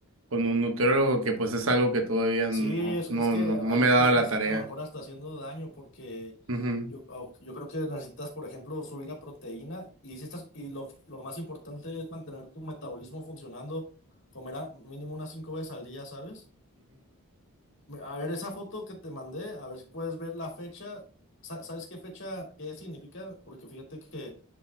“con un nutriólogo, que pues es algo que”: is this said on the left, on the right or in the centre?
Right